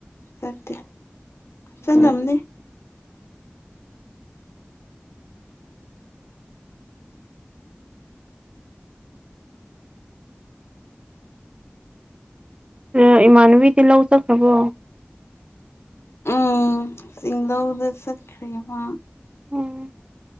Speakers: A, on the left (about 85°); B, on the right (about 25°).
A: ꯆꯠꯇꯦ ꯆꯠꯂꯝꯅꯤ
B: ꯎꯝ ꯑ ꯏꯃꯥꯟꯅꯕꯤꯗꯤ ꯂꯧꯖꯈ꯭ꯔꯕꯣ
A: ꯎꯝ ꯁꯤꯡꯗ ꯎꯗ ꯆꯠꯈ꯭ꯔꯦꯕ
B: ꯎꯝ